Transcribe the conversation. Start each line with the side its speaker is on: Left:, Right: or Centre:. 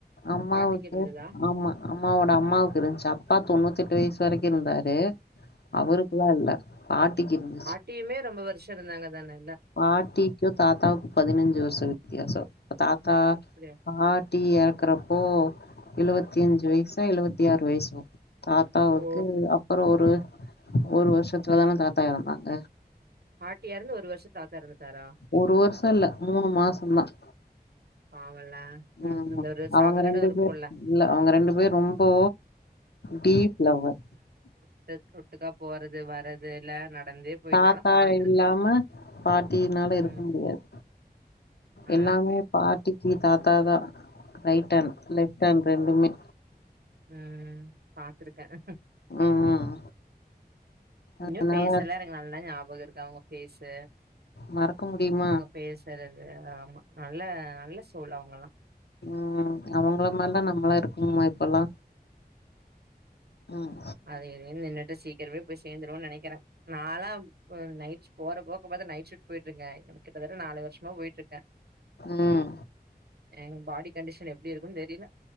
Left: அம்மாவுக்கும்
Right: பாட்டிக்கு இருந்ததா
Left: ஆமா அம்மாவோட அம்மாவுக்கு இருந்துச்சு அப்பா தொண்ணூத்தி எட்டு வயசு வரைக்கு இருந்தாரு அவருக்குலா இல்ல பாட்டிக்கு இருந்துச்சு
Right: டீமே ரொம்ப வருசோ இருந்தாங்க தானே
Left: பாட்டிக்கு தாத்தாவுக்கு பதினஞ்சு வருசோ வித்தியாசோ தாத்தா
Right: அப்டியா
Left: பா ட்டி இறக்கறப்போ எழுவத்தி அஞ்சு வயசா எழுவத்தி ஆறு வயசோ தாத்தாவுக்கு
Right: ஓ
Left: அப்புறோ ஒரு ஒரு வருஷத்துலதானே தாத்தா இறந்தாங்க
Right: பாட்டி எறந்து ஒரு வருஷம் தாத்தா இருந்துட்டாரா
Left: ஒரு வருஷோ இல்ல மூணு மாசம்தான்
Right: பாவல்ல ம்
Left: ஆமா
Right: அந்த ஒரு
Left: அவங்க
Right: சங்கடோ
Left: ரெண்டு
Right: இருக்குல்ல
Left: பேர் இல்ல அவங்க ரெண்டு பேர் ரொம்போ டீப் லவ்வர்
Right: ஓட்டுக்கா போறது வரது எல்ல நடந்தே போய்
Left: தாத்தா
Right: நாலா பாத்துருக்கே
Left: இல்லாம பாட்டினால இருக்க
Right: ம்
Left: முடியாது
Right: ஆ
Left: எல்லாமே பாட்டிக்கி தாத்தாதான் ரைட் ஹேண்ட் லெஃப்ட் ஹேண்ட் ரெண்டுமே
Right: உம் பாத்துருக்கேன்
Left: ம்
Right: இன்னு
Left: அதனால
Right: ஃபேஸ்ஸலா எனக்கு நல்ல ஞாபகம் இருக்கு அவங்க ஃபேஸு
Left: மறக்க முடியுமா
Right: அவங்க பேசுறது ஆமா நல்ல நல்ல சோல் அவுங்கலா
Left: உம் அவுங்கள மாரிலா நம்மளாம் இருக்குமா இப்பல்லா ம்
Right: அதை இதையும் தின்னுட்டு சீக்கிரமே போய் சேர்ந்துருவோன்னு நினைக்கிறே நாளா நைட் போற போக்க பாத்தா நைட் ஷூட் போயிட் இருக்கே கிட்டதட்ட நாலு வருஷமா போயிட்டு இருக்கே
Left: ம்
Right: எங்க பாடி கண்டிஷன் எப்டி இருக்குன்னு தெரில